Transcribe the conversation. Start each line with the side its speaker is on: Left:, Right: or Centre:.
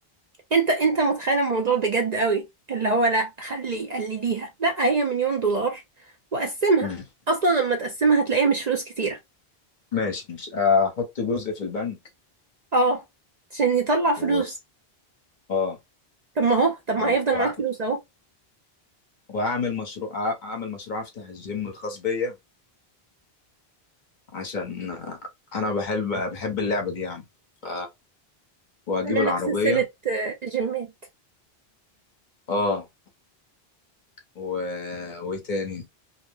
Right: انت انت متخيل الموضوع بجد قوي اللي هو لا خلي قلليها لا هي مليون دولار وقسمها
Left: مم.
Right: اصلا لما تقسمها هتلاقيها مش فلوس كتيره
Left: ماشي ماشي احط جزء في البنك
Right: اه عشان يطلع فلوس
Left: و اه
Right: طب ما هو طب ما
Left: و-
Right: هيفضل
Left: وأع-
Right: معاك فلوس اهو
Left: واعمل مشروع أع- اعمل مشروع افتح الجيم الخاص بيا عشان آه، انا بحب بحب اللعبة دي يعني ف... واجيب
Right: تعمل
Left: العربية
Right: لك سلسله آه، جيمات
Left: اه و... وايه تاني